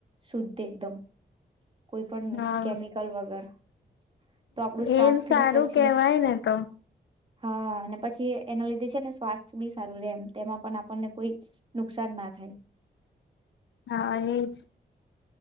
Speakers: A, on the right; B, on the left.
A: શુધ એકદમ. કોઈ પણ
B: હા,
A: કેમિકલ વગર તો આપણું સ્વાસ્થ્ય
B: એમ સારું
A: બી પછી
B: કેવાય ને તો.
A: હા, અને પછી એના લીધે છે ને સ્વાસ્થ્ય બી સારું રહેે એમ. તેમાં પણ આપણને કોઈ નુકસાન ના થાય.
B: હા, એજ.